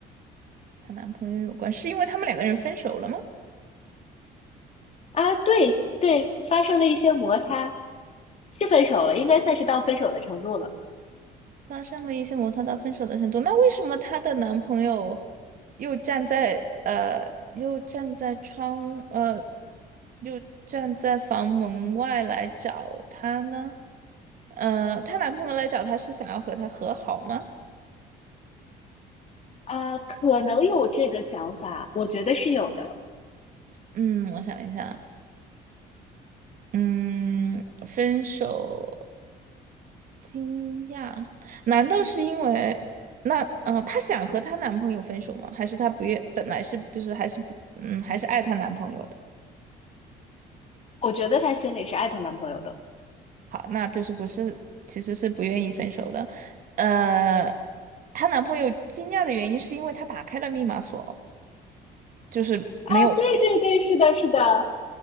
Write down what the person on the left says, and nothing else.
啊，对对，发生了一些摩擦，是分手了，应该算是到分手的程度了。
啊，可能有这个想法，我觉得是有的。
我觉得她心里是爱她男朋友的。
啊，对对对，是的，是的，